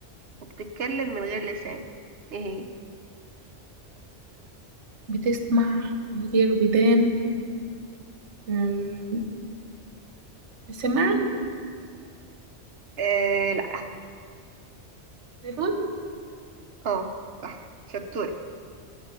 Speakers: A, on the right (about 60°); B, on the right (about 75°).
A: وبتتكلم من غير لسان ايه هي
B: بتسمع من غير ودان أم، سماعة
A: آه لا
B: تليفون <laughs>
A: اه صح شطورة